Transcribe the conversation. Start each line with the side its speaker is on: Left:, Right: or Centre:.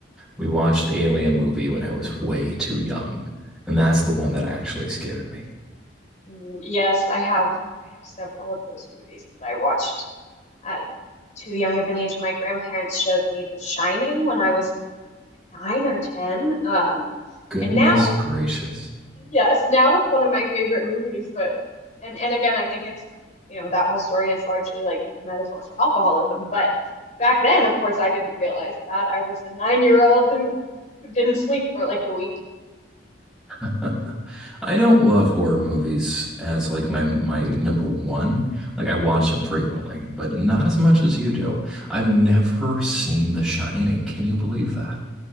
Centre: We watched the Alien movie when I was way too young, and that's the one that actually scared me.
Left: Mm, Yes, I have. I have several of those movies that I watched at too young of an age. My grandparents showed me The Shining when I was nine or ten. Um,
Centre: Goodness
Left: and now it's
Centre: gracious.
Left: yes, now it's one of my favorite movies. But and and again, I think it's you know that whole story is largely like a metaphor for alcoholism. But back then, of course, I didn't realize that I was a nine year old who who didn't sleep for like a week.
Centre: <laughs> I don't love horror movies as like my my number one. Like I watch them frequently, but not as much as you do. I've never seen The Shining. Can you believe that?